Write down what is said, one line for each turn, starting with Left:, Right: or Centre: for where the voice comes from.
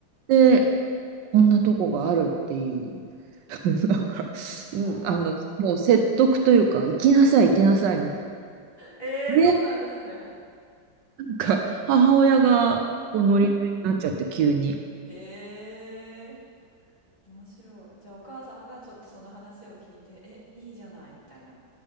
Right: で、こんなとこがあるっていう、<laughs> なんか、
Left: はい。
Right: うんあの、もう説得というか、行きなさい行きなさいみたい
Left: ええ、
Right: な。で、
Left: そうなんですね。
Right: なんか母親がこうノリノリになっちゃって急に。
Left: うん。へえ。面白い。じゃあお母様がちょっとその話を聞いて、え、いいじゃないみたいな。